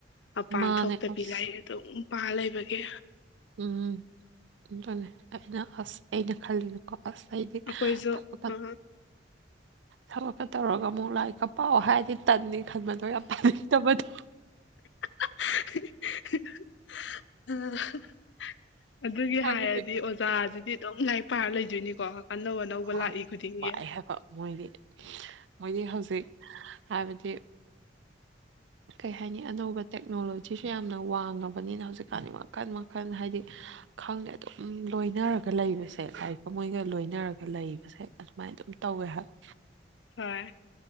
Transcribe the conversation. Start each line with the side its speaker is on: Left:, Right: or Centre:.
Left: ꯃꯄꯥꯟ
Right: ꯃꯥꯅꯦ
Left: ꯊꯣꯛꯇꯕꯤ
Right: ꯑꯁ
Left: ꯂꯥꯏꯔꯤꯛ ꯗꯨꯝ ꯄꯥ ꯂꯩꯕꯒꯤ꯫
Right: ꯎꯝ <unintelligible> ꯑꯩꯅ ꯑꯁ ꯑꯩꯅ ꯈꯜꯂꯨꯏꯕ ꯀꯣ ꯑꯁ ꯑꯩꯗꯤ
Left: ꯑꯩꯈꯣꯏꯁꯨ
Right: ꯊꯕꯛꯀ
Left: ꯑ
Right: ꯊꯕꯛꯀ ꯇꯧꯔꯒ ꯑꯃꯨꯛ ꯂꯥꯏꯔꯤꯛꯀ ꯄꯥꯎ ꯍꯥꯏꯔꯗꯤ ꯇꯟꯅꯤ ꯈꯟꯕꯗꯣ ꯌꯥꯝ ꯄꯥꯅꯤꯡꯗꯕꯗꯣ꯫
Left: <unintelligible> ꯑꯗꯨꯒꯤ
Right: ꯍꯥꯏꯕꯗꯤ
Left: ꯍꯥꯏꯔꯗꯤ ꯑꯣꯖꯥꯁꯤꯗꯤ ꯑꯗꯨꯝ ꯂꯥꯏꯔꯤꯛ ꯄꯔꯥ ꯂꯩꯗꯣꯏꯅꯤꯀꯣ ꯑꯅꯧ ꯑꯅꯧ ꯂꯧꯕ
Right: ꯍꯣꯏ
Left: ꯂꯥꯛꯏ ꯈꯨꯗꯤꯡꯒꯤ꯫
Right: ꯄꯥꯛꯑꯦ ꯍꯥꯏꯕ ꯃꯣꯏꯗꯤ ꯃꯣꯏꯗꯤ ꯍꯧꯖꯤꯛ ꯍꯥꯏꯕꯗ ꯀꯩ ꯍꯥꯏꯅꯤ ꯑꯅꯧꯕ ꯇꯦꯛꯅꯣꯂꯣꯖꯤꯁꯨ ꯌꯥꯝꯅ ꯋꯥꯡꯉꯕꯅꯤꯅ ꯍꯧꯖꯤꯛꯀꯥꯟꯗꯤ ꯃꯈꯟ ꯃꯈꯟ ꯍꯥꯏꯗꯤ ꯈꯪꯗꯦ ꯑꯗꯨꯝ ꯂꯣꯏꯅꯔꯒ ꯂꯩꯕꯁꯦ ꯂꯥꯏꯔꯤꯛꯀ ꯃꯣꯏꯒ ꯂꯣꯏꯅꯔꯒ ꯂꯩꯕꯁꯦ ꯑꯗꯨꯃꯥꯏꯅ ꯑꯗꯨꯝ ꯇꯧꯋꯦ ꯍꯥꯏꯕ꯫
Left: ꯍꯣꯏ